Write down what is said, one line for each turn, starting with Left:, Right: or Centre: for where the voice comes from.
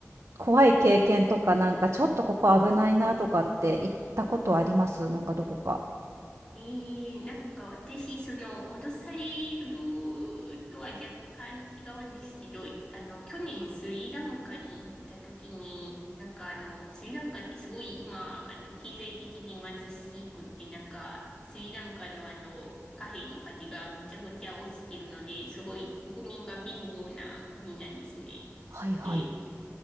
Right: 怖い経験とか、なんか、ちょっとここ危ないなとかって行ったことあります？なんかどこか。
Left: ええなんか私、その、脅されるとは若干違うんですけど、あの、去年スリランカに行った時に、なんかあの、スリランカってすごい今、あの、経済的に貧しくって、なんか、スリランカのあの、貨幣の価値がめちゃくちゃ落ちてるので、すごい国民が貧乏な国なんですね。
Right: はいはい。
Left: で、